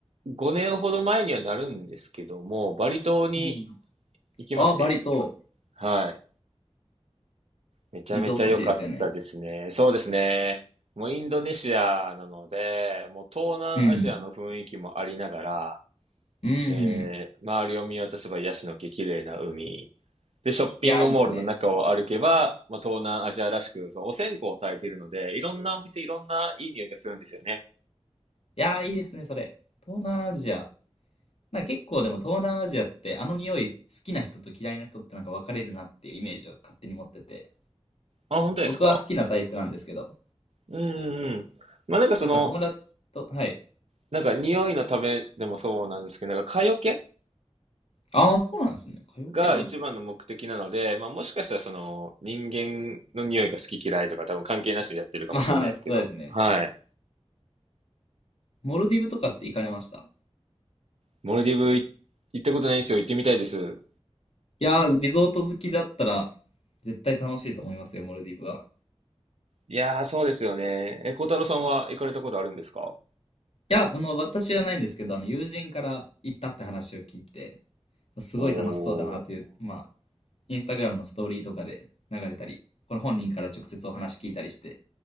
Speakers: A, on the right (about 70°); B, on the left (about 65°).
A: 5年ほど前にはなるんですけども、バリ島に
B: うん。
A: 行きまして、
B: ああ、バリ島、
A: はい。めちゃめちゃ良かったですね。
B: リゾート地ですよね。
A: そうですね。もうインドネシアなので、もう東南アジアの雰囲気もありながら、
B: うん。うん。
A: えー、周りを見渡せばヤシの木、綺麗な海。で、ショッピングモールの中を歩けば、
B: いや、いいですね。
A: まあ、東南アジアらしく、そう、お線香を焚いているので、いろんなお店、いろんないい匂いがするんですよね。
B: いや、いいですね、それ。東南アジア。なんか結構でも東南アジアってあの匂い好きな人と嫌いな人ってなんか分かれるなっていうイメージを勝手に持ってて。
A: あ、本当ですか
B: 僕は好きなタイプなんですけど。
A: うんうんうん。まあ、なんかその、
B: なんか友達と、はい。
A: なんか匂いのためでもそうなんですけど、なんか蚊よけ
B: ああ、そうなんですね。カラオケなんだ。
A: が一番の目的なので、まあもしかしたらその人間の匂いが好き嫌いとか多分関係なしでやってるかもしれないですけど、
B: まあ、そうですね。
A: はい。
B: モルディブとかって行かれました
A: モルディブい行ったことないんですよ。行ってみたいです。
B: いやー、リゾート好きだったら、絶対楽しいと思いますよ、モルディブは。
A: いやー、そうですよね。え、孝太郎さんは行かれたことあるんですか
B: いや、あの、私じゃないんですけど、あの、友人から行ったって話を聞いて、すごい楽しそうだなっていう、
A: おー。
B: まあ、インスタグラムのストーリーとかで流れたり、この本人から直接お話聞いたりして、